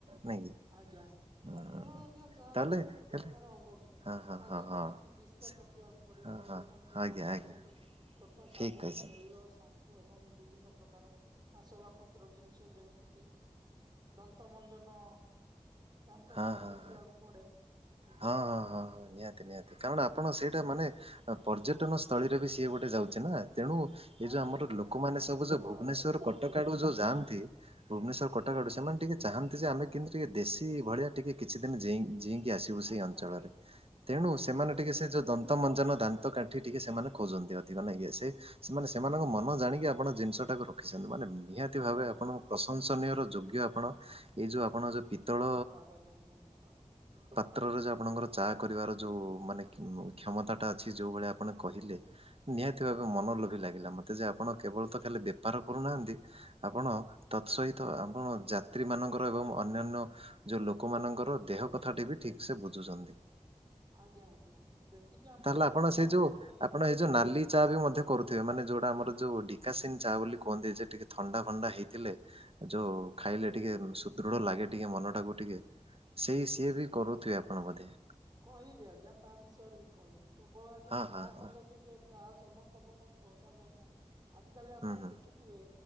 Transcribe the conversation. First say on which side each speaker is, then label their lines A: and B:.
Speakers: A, on the right (about 55°); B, on the right (about 35°).
A: ନାଇଁ କି
B: ଆଜ୍ଞା
A: ହୁଁ,
B: କେବଳ ଆଜ୍ଞା ଚା
A: ତାହେଲେ
B: ବିକିଲେ ବେପାର
A: ହେଲେ
B: ହବ କି
A: ହଁ ହଁ
B: ତା
A: ହଁ
B: ସହିତ
A: ହଁ
B: କିଛି ବିସ୍କେଟ
A: ସେ-
B: ରଖିବାକୁ ପଡିବ
A: ହଁ ହଁ
B: ଯୋଉମାନେ ସକାଳୁ
A: ଆଜ୍ଞା ଆଜ୍ଞା
B: ଆସୁଛନ୍ତି ଛୋଟ
A: ଠିକ୍
B: ସାବୁନ
A: କହିଛନ୍ତି
B: ତେଲ ଏବଂ ବିଭିନ୍ନ ପ୍ରକାର ଆସବା ପତ୍ର ଜିନିଷ ଯେମିତିକି ଦନ୍ତମଞ୍ଜନ ଦାନ୍ତ
A: ହଁ
B: କାଠି
A: ହଁ
B: ରଖିବାକୁ
A: ହଁ ହଁ
B: ପଡେ। ବୁଝିଲେ
A: ହଁ ହଁ ହଁ ନିହାତି ନିହାତି କାରଣ ଆପଣ ସେଇଟା ମାନେ ହଁ ପର୍ଯ୍ୟଟନ ସ୍ଥଳୀରେ ବି ସିଏ ଗୋଟେ ଯାଉଛି ନା? ତେଣୁ ଏ
B: ଆଜ୍ଞା
A: ଯୋଉ ଆମର
B: ଆଜ୍ଞା
A: ଲୋକମାନେ
B: ଆଜ୍ଞା ନିଶ୍ଚୟ
A: ସବୁ ଯୋଉ ଭୁବନେଶ୍ୱର
B: ଭାବେ ଆଜ୍ଞା ନିଶ୍ଚୟ
A: କଟକ ଆଡୁ
B: ଭାବେ
A: ଯୋଉ ଯାଆନ୍ତି ଭୁବନେଶ୍ୱର କଟକ ଆଡୁ ସେମାନେ ଟିକେ ଚାହାନ୍ତି ଯେ ଆମେ କିନ୍ତୁ ଟିକେ ଦେଶୀ ଭଳିଆ ଟିକେ କିଛି ଦିନି ଜି ଆସିବୁ ସେଇ
B: ଆଜ୍ଞା
A: ଅଞ୍ଚଳରେ
B: ଆଜ୍ଞା।
A: ତେଣୁ
B: ସେଇ
A: ସେମାନେ
B: ସେଇ
A: ଟିକେ ସେ ଯୋଉ ଦନ୍ତମ ଦାନ୍ତ କାଠି ଟିକେ ସେମାନେ ଖୋଜନ୍ତି ଅତି କ ସେମାନେ ସେମାନଙ୍କ ମନ ଜାଣିକି ଆପଣ ଜିନିଷ ଟାକୁ ରଖିଛନ୍ତି ମାନେ ନିହାତି
B: ଆଜ୍ଞା
A: ଭାବେ ଆପଣଙ୍କ
B: ଆଜ୍ଞା
A: ପ୍ରଶଂସନୀୟ ଯୋଗ୍ୟ ଆପଣ ଏଇ ଯୋଉ ଆପଣ ଯେଉଁ ପିତ୍ତଳ
B: <inaudible>
A: ମାତ୍ରରେ ଯେ ଆପଣଙ୍କର ଚା କରିବାର ଯୋଉ କ୍ଷମତା ମା ଅଛି ଯୋଉ ଭଳିଆ ଆପଣ କହିଲେ ନିହାତି ବେ ମନ ଲୋଭ ଲାଗିଲା ମତେ ଯେ ଆପଣ କେବଳ ତ ଖାଲି ବେପାର କରୁନାହାନ୍ତି ଆପଣ ତତ୍ ସହିତ ଆପଣ ଯାତ୍ରୀ ମାନଙ୍କର ଏବଂ ଅନ୍ୟାନ୍ୟ ଯୋଉ ଲୋକମାନଙ୍କର ଦେହ କଥା ଟି ବି ଠିକ ସେ ବୁଝୁଛନ୍ତି।
B: ଆଜ୍ଞା ଆଜ୍ଞା ଯେତିକି ଆମ
A: ତାହେଲେ
B: ଦ୍ଵାରା
A: ଆପଣ
B: ସମ୍ଭବ
A: ସେଇ ଯୋଉ
B: ହେଇପାରିବ।
A: ଆପଣ ଏଇ ଯୋଉ ନାଲି ଚା ବି ମଧ୍ୟ କରୁଥିବେ ମାନେ ଯୋଉଟା ଆମର ଯୋଉ ଡିକାସିନ୍ ଚା ବୋଲି କୁହନ୍ତି ଯେ ଟିକେ ଥଣ୍ଡା ଫଥଣ୍ଡା ହେଇଥିଲେ ଯୋଉ ଖାଇଲେ ଟିକେ ସୁଦୃଢ ଲାଗେ ଟିକେ ମନ ଟା କୁ ଟିକେ ସେଇ ସିଏ ବି କରୁଥିବେ ଆପଣ ବୋଧେ।
B: କହିବି ଆଜ୍ଞା ତା ବିଷୟରେ ବି କହିବି। କେବଳ ଆଜ୍ଞା
A: ହଁ
B: ଚାହା
A: ହଁ ହଁ
B: କଲେ ଯେ ସେ ଚାହା ସମସ୍ତଙ୍କ ପାଇଁ ପସନ୍ଦ ଆଜ୍ଞା। ଆଜି କାଲି ଆପଣ
A: ହୁଁ ହୁଁ
B: ଦେଖିଥିବେ